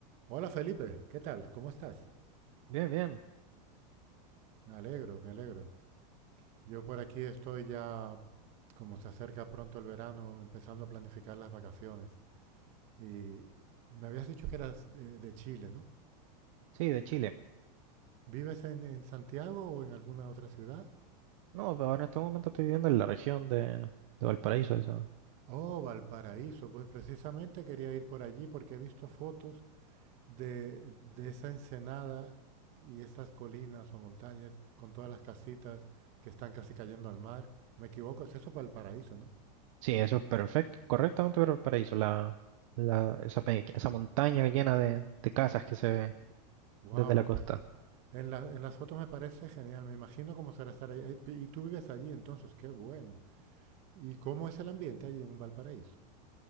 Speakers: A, on the right (about 30°); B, on the right (about 50°).
A: Hola Felipe, ¿qué tal? ¿Cómo estás?
B: Bien, bien.
A: Me alegro, me alegro. Yo por aquí estoy ya, como se acerca pronto el verano, empezando a planificar las vacaciones. Y me habías dicho que eras de, de Chile, ¿no?
B: Sí, de Chile.
A: ¿Vives en, en Santiago o en alguna otra ciudad?
B: No, pero en este momento estoy viviendo en la región de, de Valparaíso. Eso.
A: Oh, Valparaíso, pues precisamente quería ir por allí porque he visto fotos de, de esa ensenada y esas colinas o montañas con todas las casitas que están casi cayendo al mar. Me equivoco, es eso Valparaíso, ¿no?
B: Sí, eso es perfecto, correctamente Valparaíso. La, la, esa, pe- esa montaña llena de, de casas que se ve
A: Wow,
B: desde la costa.
A: En, la- en las fotos me parece genial, me imagino cómo será estar ahí. Eh, Y tú vives allí entonces, qué bueno. ¿Y cómo es el ambiente allí en Valparaíso?